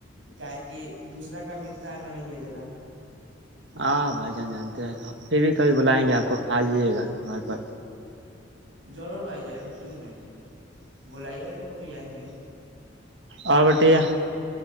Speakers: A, on the right; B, on the right.
A: کیا کہ دوسرا کا ملتا نہیں ہے زدہ
B: ہاں بھائی جان جانتے ہیں پھر بھی کبھی بلائیں گے آپ کو آ جائیے گا گھر پر
A: جرور بائی جان کیوں نہیں بلائیے تو بھی آئیں گے
B: اور بتائیے